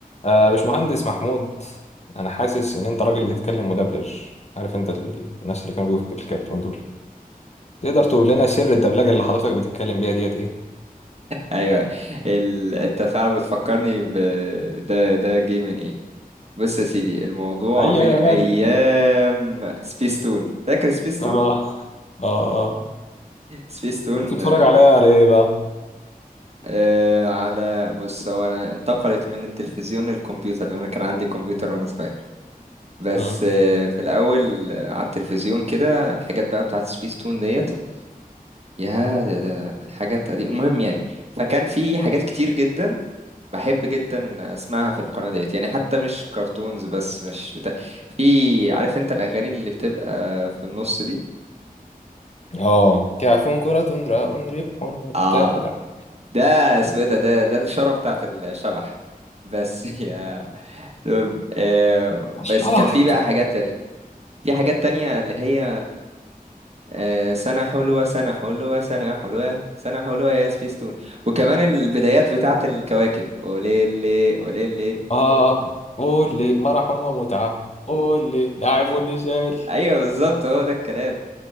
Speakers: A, on the left; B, on the right.
A: آه باشمهندس محمود انا حاسس ان انت راجل بتتكلم مدبلج عارف انت ال- الناس اللي كانوا بيقولوا في الكرتون دول تقدر تقول لنا سر الدبلجه اللي حضرتك بتتكلم بيها ديت ايه
B: ايوه ال... انت فعلا بتفكرني ب... ده ده جه من ايه بص يا سيدي الموضوع
A: هيا
B: من
A: يا
B: ايام
A: ماجد
B: سبيستون فاكر سبيستون
A: اه اه اه
B: سبيستون
A: انت كنت بتتفرج
B: آه
A: عليها على ايه بقى
B: آه، على بص هو انا انتقلت من التلفزيون للكمبيوتر لان انا كان عندي كمبيوتر وانا صغير بس
A: مم.
B: آه في الاول آه، على التلفزيون كده الحاجات بقى بتاعت سبيستون ديت يا ده ده حاجات قديمة المهم يعني فكان في حاجات كتير جدا بحب جدا اسمعها في القناة ديت يعني حتى مش كرتونز بس مش بتاع في عارف انت الاغاني اللي بتبقى في النص دي
A: اه كعف كرة راء ربح والتاء
B: اه
A: دح
B: ده اسمه ايه ده ده ده الشارة بتاعت الشبح بس <laughs> يا المهم، آه، بس
A: الشبح
B: كان في بقى حاجات تانية في حاجات تانية اللي هي آه، سنة حلوة سنة حلوة سنة حلوة سنة حلوة يا سبيستون وكمان البدايات بتاعت الكواكب أوليلي أوليلي
A: اه قول لي مرح ومتعة قول لي لعب ونزال
B: أيوة بالظبط هو ده الكلام